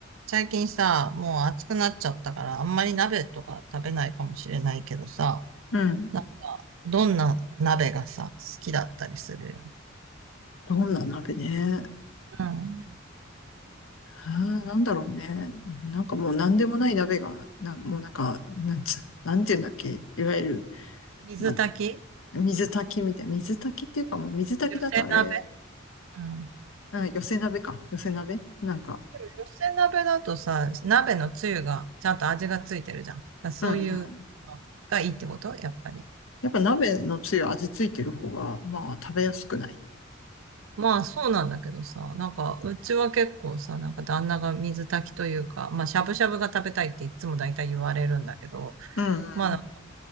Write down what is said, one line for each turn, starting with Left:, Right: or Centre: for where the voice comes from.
Right: 最近さ、もう暑くなっちゃったから、あんまり鍋とか食べないかもしれないけどさ、
Left: うん。
Right: なんか、どんな鍋がさ、好きだったりするよ。
Left: どんな鍋ね。
Right: うん。
Left: あーなんだろうね。なんかもう何でもない鍋が、な、もうなんか、なんつ、なんていうんだっけ。いわゆる、
Right: 水炊き
Left: まあ、水炊きみたい。水炊きっていうかもう水炊きだとあれ、
Right: 寄せ鍋うん。
Left: うん、寄せ鍋か。寄せ鍋なんか、
Right: でも、寄せ鍋だとさ、鍋のつゆが、ちゃんと味がついてるじゃん。だからそういうのがいいってことやっぱり。
Left: うんうん。やっぱ鍋のつゆ味ついてる方が、まあ食べやすくない。
Right: まあ、そうなんだけどさ、なんか、うちは結構さ、なんか旦那が水炊きというか、まあ、しゃぶしゃぶが食べたいっていつも大体言われるんだけど、
Left: うんうん。
Right: まあ